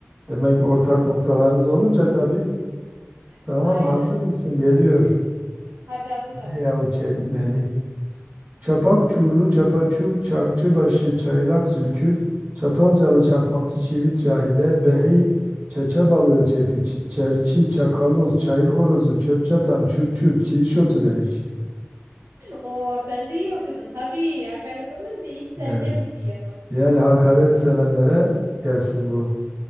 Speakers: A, on the right; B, on the right.
A: demek ortak noktalarınız olunca tabii.
B: <laughs>
A: Tamam
B: Aynen.
A: hazır mısın? Geliyor.
B: Hadi hazırım.
A: Ne yahu kelimeli. Çapak çurlu, çapaçul, çarkçı başı, çaylak zülküf, çatalcalı, çakmakçı, çivit, cahide, behey, çaça balığı, çepi, ç- çerçi, çakaloz, çayır horozu, çöp çatan, çürçür, çirişotu demiş.
B: Oo sen de iyi okudun. Tabii hakaret olunca iş sende
A: Yani,
B: bitiyor.
A: yani hakaret sevenlere gelsin bu.